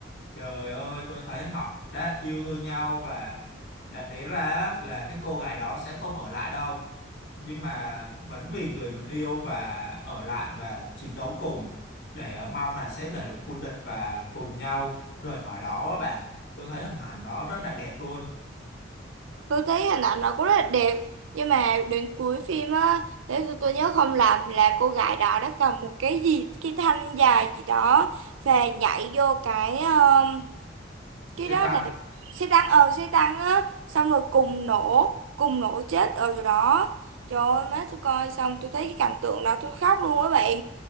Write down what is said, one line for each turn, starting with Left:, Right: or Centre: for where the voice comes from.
Left: trời ơi tôi thấy họ đã yêu thương nhau và đáng lý ra á, là cái cô gái đó sẽ không ở lại đâu nhưng mà vẫn vì người mình yêu và ở lại và chiến đấu cùng để mong là sẽ đẩy lùi quân địch và cùng nhau rời khỏi đó á bạn tôi thấy hình ảnh đó rất là đẹp luôn
Right: tôi thấy hình ảnh nó cũng rất là đẹp nhưng mà đến cuối phim á nếu tôi, tôi nhớ không lầm là cô gái đó đã cầm một cái gì cái thanh dài gì đó và nhảy vô cái um, cái
Left: xe
Right: đó
Left: tăng
Right: là xe tăng ờ xe tăng á xong rồi cùng nổ cùng nổ chết ở chỗ đó trời ơi má tôi coi xong tôi thấy cái cảnh tượng đó tôi khóc luôn á bạn